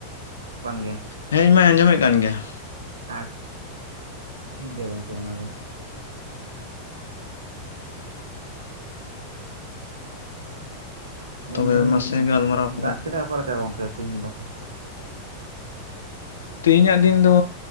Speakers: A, on the right (about 70°); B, on the left (about 65°).
A: ᱵᱟᱝ ᱜᱮ
B: ᱦᱮᱸ ᱤᱧ ᱢᱟᱧ ᱟᱸᱡᱚᱢᱮᱫ ᱠᱟᱱ ᱜᱮᱭᱟ᱾
A: ᱟᱪ ᱴᱷᱤᱠ ᱜᱮᱭᱟ ᱜᱚᱝᱠᱮ ᱚᱱᱟᱜᱮ᱾ ᱢᱮᱱ
B: ᱛᱚᱵᱮ
A: ᱫᱟᱞᱤᱧ
B: ᱢᱟᱥᱮ ᱜᱟᱞᱢᱟᱨᱟᱣ ᱠᱚᱞᱟᱝ
A: ᱫᱟᱜ
B: ᱱᱤᱛᱚᱜ
A: ᱠᱮᱫᱟᱭ ᱚᱠᱟ ᱞᱮᱠᱟ ᱜᱚᱝᱠᱮ ᱛᱮᱦᱤᱧ ᱫᱚ᱾
B: ᱛᱮᱦᱤ ᱧᱟᱜ ᱫᱤᱱ ᱫᱚ